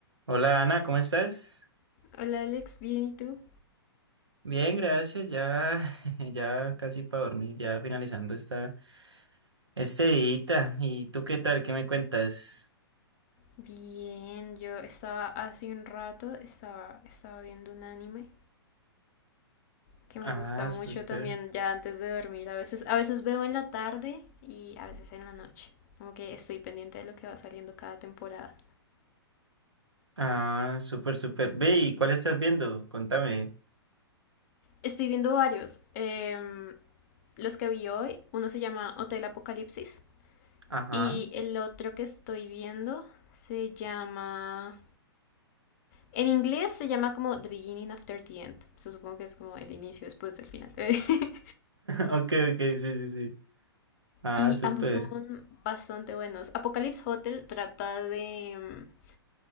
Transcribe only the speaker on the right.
Hola Ana, ¿cómo estás?
Bien, gracias. Ya, <laughs> ya casi para dormir, ya finalizando esta este día. ¿Y tú qué tal? ¿Qué me cuentas?
Ah,
súper.
Ah, súper, súper. Ve, ¿y cuál estás viendo? Contame.
Ajá.
<laughs>
Ok, ok, sí, sí, sí. Ah,
súper.